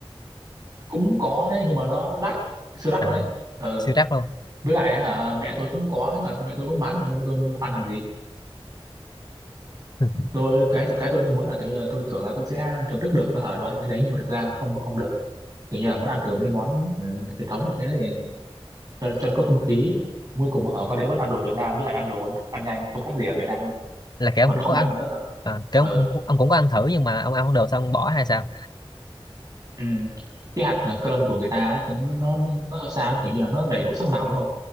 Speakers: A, on the right; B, on the left.
A: cũng có đấy nhưng mà nó đắt siêu đắt
B: à
A: luôn đấy ừ
B: siêu rắc luôn
A: với lại hả mẹ tôi cũng có ấy mà mẹ tôi cũng bán mà nên tôi mua ăn làm gì
B: <laughs>
A: tôi cái cái tôi muốn là kiểu như là tôi tưởng là tôi sẽ thưởng thức được hả đồ ăn cái đấy nhưng mà thực ra không không được kiểu như là muốn ăn thử mấy món ừ, truyền thống này cái đấy cho, cho nó có không khí cuối cùng ở qua đấy vẫn ăn đồ Việt Nam với lại ăn đồ ăn nhanh không khác gì ở Việt Nam luôn
B: là kiểu
A: còn
B: ông cũng
A: không
B: có
A: bằng
B: ăn
A: nữa
B: à, kiểu
A: ừ.
B: ông, ông cũng- ông cũng có ăn thử nhưng mà ông ăn không được xong ông bỏ hay sao
A: ừ. cái hạt ờ, cơm của người ta á, cái- nó nó nó sao sao kiểu như là nó đầy đủ sắc màu đúng không